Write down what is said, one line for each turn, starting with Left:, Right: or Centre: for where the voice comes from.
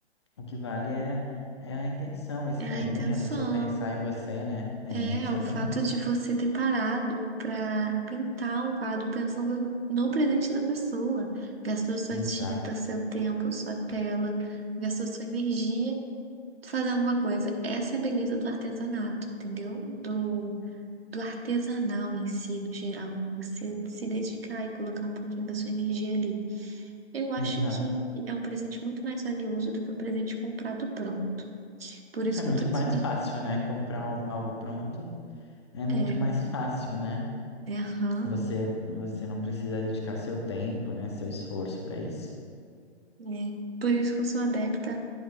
Left: O que vale é, é a intenção, esse
Right: É
Left: carinho,
Right: a intenção.
Left: a pessoa pensar em você, né? É,
Right: É,
Left: exatamente.
Right: o fato de você ter parado para pintar um quadro pensando no presente da pessoa. Gastou sua tinta,
Left: Exato.
Right: seu tempo, sua tela, gastou sua energia fazendo uma coisa. Essa é a beleza do artesanato, entendeu? Do, do artesanal em si, no geral. Você se dedicar e colocar um pouquinho da sua energia ali. Eu acho
Left: Exato.
Right: que é um presente muito mais valioso do que um presente comprado pronto. Por isso
Left: Que é
Right: que
Left: muito
Right: eu tô te...
Left: mais fácil, né? Comprar al- algo pronto é muito
Right: É,
Left: mais fácil, né?
Right: é, aham.
Left: Você, você não precisa dedicar seu tempo, né? Seu esforço para isso.
Right: É, por isso que eu sou adepta